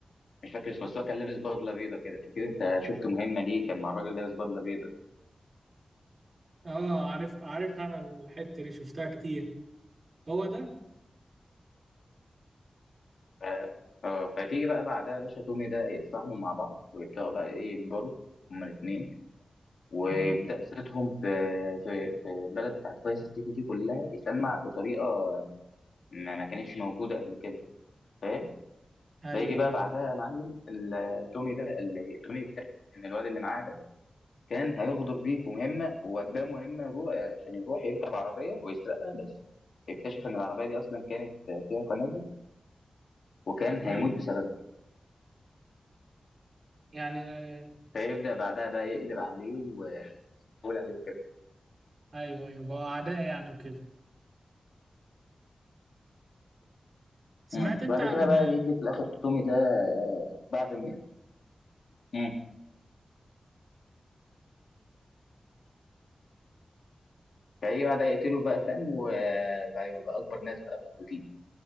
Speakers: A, on the left (about 75°); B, on the right (about 45°).
A: مش فاكر اسمه بس هو كان لابس بدله بيضه كده كده انت شفت مهمه ليه كان مع الراجل لابس بدله بيضه ده
B: أه عارف عارف أنا الحتة دي شفتها كتير هو ده
A: ف- اه فتيجي بقى بعدها يا باشا تومي ده يتصاحبوا مع بعض ويبداوا بقى ايه يكبروا هما الاثنين ويبدا
B: امم
A: صيتهم في في في البلد بتاعت فايس سيتي دي كلها يسمع بطريقه ما ما كانتش موجوده قبل كده فاهم؟
B: أيوه
A: فيجي بقى
B: أيوه
A: بعدها يا معلم ال- تومي ده اللي تومي يكتشف ان الواد اللي معاه ده كان هيغدر بيه في مهمه وقدامه مهمه يروح عشان يروح يركب عربيه ويسرقها بس اكتشف ان العربيه دي اصلا كانت فيها قنابل وكان هيموت
B: امم
A: بسببها
B: يعني آه،
A: فيبدا بعدها بقى يقلب عليه ويحاول عليه وكده
B: أيوه أيوه بقى أعداء يعني وكده سمعت
A: مم.
B: أنت
A: بعد
B: عن
A: كده بقى يجي في الاخر تومي ده آه، بعد ما مم. فايه بعد يقتله بقى فاهم وبقى يبقى اكبر ناس بقى موجودين